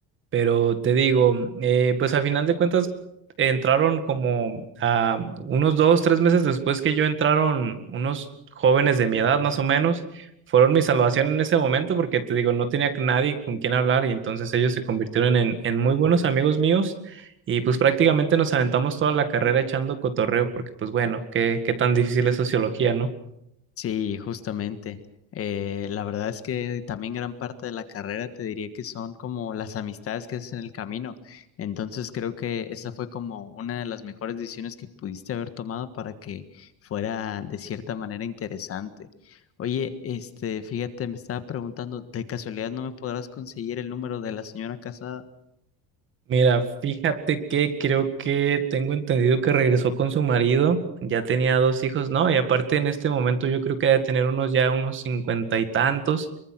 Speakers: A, on the right; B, on the left.
A: Pero te digo, eh, pues a final de cuentas entraron como ah, unos dos, tres meses después que yo entraron unos jóvenes de mi edad más o menos, fueron mi salvación en ese momento porque te digo, no tenía nadie con quien hablar y entonces ellos se convirtieron en, en muy buenos amigos míos y pues prácticamente nos aventamos toda la carrera echando cotorreo porque pues bueno, qué, qué tan difícil es sociología, ¿no?
B: Sí, justamente. Eh, la verdad es que también gran parte de la carrera te diría que son como las amistades que haces en el camino. Entonces creo que esa fue como una de las mejores decisiones que pudiste haber tomado para que fuera de cierta manera interesante. Oye, este, fíjate, me estaba preguntando, ¿de casualidad no me podrás conseguir el número de la señora casada?
A: Mira, fíjate que creo que tengo entendido que regresó con su marido, ya tenía dos hijos, ¿no? Y aparte en este momento yo creo que debe tener unos ya unos cincuenta y tantos,